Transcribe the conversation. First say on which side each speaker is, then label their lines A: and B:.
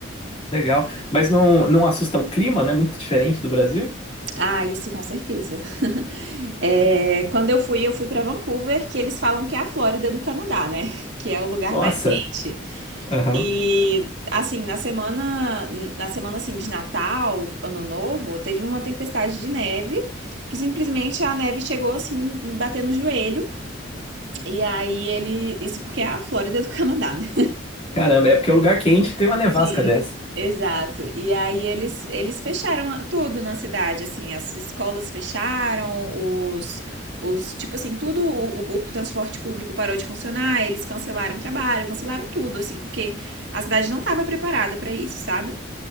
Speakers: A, on the left; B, on the right.
A: Legal. Mas não, não assusta o clima, né? Muito diferente do Brasil.
B: Ah, isso com certeza. <laughs> É, quando eu fui, eu fui para Vancouver, que eles falam que é a Flórida do Canadá, né? Que é o lugar
A: Nossa.
B: mais quente.
A: Aham.
B: E assim, na semana, na semana assim de Natal, Ano Novo, teve uma tempestade de neve que simplesmente a neve chegou assim, batendo no joelho. E aí ele, isso porque é a Flórida do Canadá, né?
A: Caramba, é porque é um lugar quente e tem uma nevasca
B: Sim.
A: dessa.
B: Exato. E aí eles, eles fecharam a- tudo na cidade, assim, as escolas fecharam, os, os tipo assim, tudo, o, o- o transporte público parou de funcionar, eles cancelaram o trabalho, cancelaram tudo, assim, porque a cidade não estava preparada para isso, sabe?